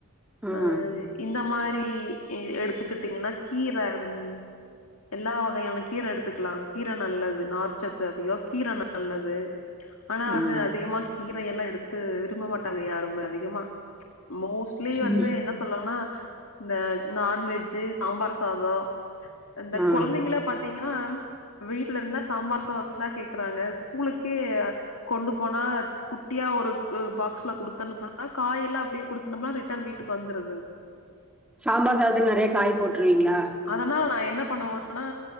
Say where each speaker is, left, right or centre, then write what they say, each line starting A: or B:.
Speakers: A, in the centre; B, on the left.
A: ம்
B: அ இந்த மாரி எடுத்துகிட்டீங்கன்னா கீர ம் எல்லா வகையான கீர எடுத்துக்கலாங் கீர நல்லது நார்ச்சத்து அதிகோ கீர நல்லது ஆனா
A: ம்
B: வந்து அதிகமா கீரயெல்லா எடுத்து விரும்ப மாட்டாங்க யாருமே அதிகமா மோஸ்ட்லி வந்து
A: ம்
B: என்னச் சொல்லோனா இந்த நான்வெஜ்ஜூ சாம்பார் சாதோ இந்தக்
A: ம்.
B: கொழந்தைங்களப் பாத்தீங்கனா வீட்ல இருந்தா சாம்பார் சாதந்தா கேக்றாங்க ஸ்கூலுக்கே கொண்டு போனா குட்டியா ஒருக்கு பாக்ஸ்ல குடுத்தனுப்பனா காய் எல்லா அப்டியே குடுத்தனுப்னா ரிட்டர்ன் வீட்டுக் வந்துருதுங்
A: சாம்பார் சாதத்ல நெறைய காய் போட்ருவீங்ளா
B: அதனால நா என்ன பண்ணுவோனா